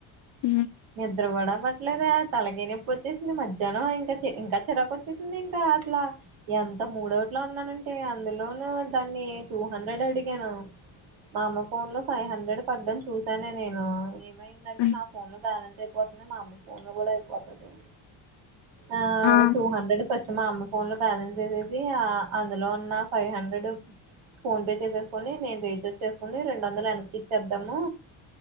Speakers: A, on the left; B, on the right.
A: అ
B: నిద్దర కూడా పట్లేదే తలకాయనొప్పి వచ్చేసింది మధ్యాహ్నం ఇంక ఇంకా చిరాకు వచ్చేసింది ఇంకా అసలా ఎంత మూడౌట్లో ఉన్నానంటే అందులోనూ దాన్ని ని టూ హండ్రెడ్ అడిగాను మా అమ్మ ఫోన్ లో ఫైవ్ హండ్రెడ్ పడ్డం చూశానే నేను ఏమైందంటే
A: హ్మ్.
B: నా ఫోన్ లో బ్యాలెన్స్ అయిపోతుంది మా అమ్మ ఫోన్ లో కూడా అయిపోతది ఆఓ
A: ఆ!
B: టూ హండ్రెడ్ ఫస్ట్ మా అమ్మ ఫోన్ లో బ్యాలెన్స్ వేసేసి అందులో ఉన్న ఫైవ్ హండ్రెడ్ ఫోన్ పే చేసేసుకొని నేను రీచార్జ్ చేసుకుని రెండు వందలు వెనకిచ్చేద్దాము